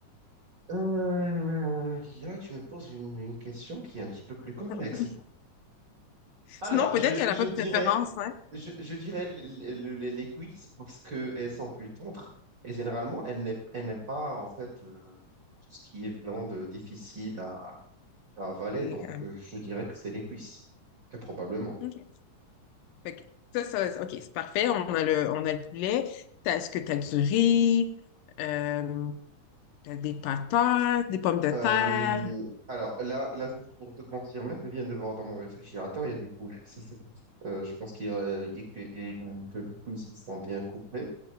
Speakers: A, on the right; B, on the left.
A: Euh, là, tu me poses une, une question qui est un petit peu
B: <laughs>
A: plus complexe. Alors,
B: Sinon, peut-être
A: je,
B: qu'elle
A: je
B: n'a pas de
A: dirais,
B: préférence, hein?
A: je, je dirais le- le- le- les cuisses parce qu'elles sont plus tendres et généralement, elles n'est- elles n'aiment pas en fait euh, tout ce qui est viande difficile à, à avaler,
B: Et,
A: donc
B: euh,
A: euh, je dirais que c'est les cuisses, très probablement.
B: OK. Fait que ça, ça- OK, c'est parfait. On a le, on a le poulet. T'as- Est-ce que tu as du riz? Euh, t'as des patates, des pommes de
A: Euh,
B: terre?
A: alors là, là, juste pour te confirmer, je viens de voir dans mon réfrigérateur, il y a du poulet. Ça, c'est pas ça. Euh, je pense qu'il y a, il y a que, et, euh, que les couilles ici sont bien coupées.